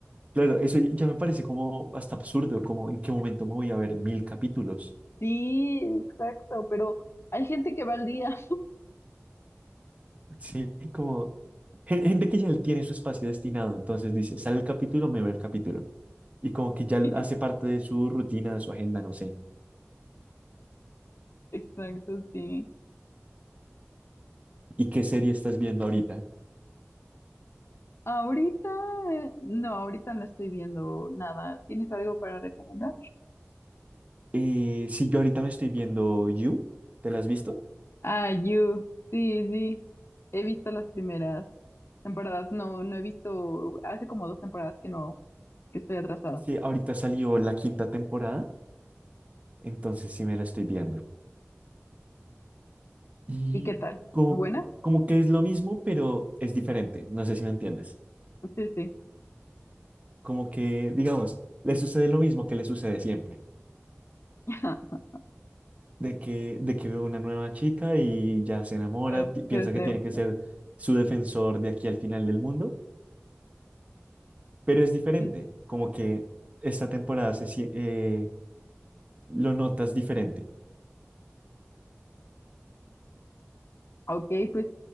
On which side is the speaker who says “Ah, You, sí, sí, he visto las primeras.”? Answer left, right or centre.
Left